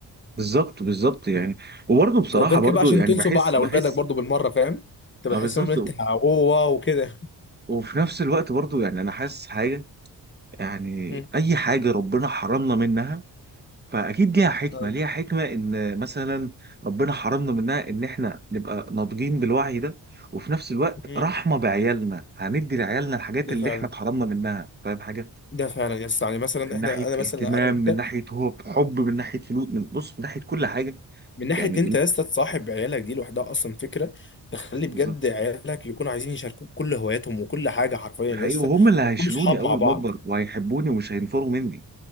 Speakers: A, on the right; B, on the left.
A: بالظبط بالظبط يعني وبرضه بصراحه
B: وغير
A: برضه
B: كده بقى عشان
A: يعني
B: تنسوا
A: بحس
B: بقى على
A: بحس
B: اولادك برضو بالمره فاهم تبقى
A: اه
B: تحس
A: بالظبط
B: ان انت اوه واو كده
A: وفي نفس الوقت برضه يعني انا حاسس حاجه يعني
B: مم.
A: اي حاجه ربنا حرمنا منها فاكيد ليها حكمه
B: آه.
A: ليها حكمه ان مثلا ربنا حرمنا منها ان احنا نبقى ناضجين بالوعي ده وفي نفس الوقت
B: مم.
A: رحمه بعيالنا هندي لعيالنا الحاجات
B: ده
A: اللي
B: فعلا
A: احنا اتحرمنا منها فاهم حاجه
B: ده فعلا يا اسطى يعني مثلا
A: من
B: احنا
A: ناحيه
B: انا مثلا
A: اهتمام
B: انا وانت
A: من ناحيه هو حب من ناحيه فلوس من بص من ناحيه كل حاجه
B: من ناحيه
A: يعني
B: إن انت
A: إيه؟
B: يا اسطى تصاحب عيالك دي لوحدها اصلا فكره تخلي
A: بالظبط
B: بجد عيالك يكونوا عايزين يشاركوك كل هواياتهم وكل حاجه حرفيا
A: ده حقيقي
B: يا اسطى
A: وهم اللي هيشيلوني
B: وكل صحاب
A: اول
B: مع بعض
A: ما اكبر وهيحبوني ومش هينفروا مني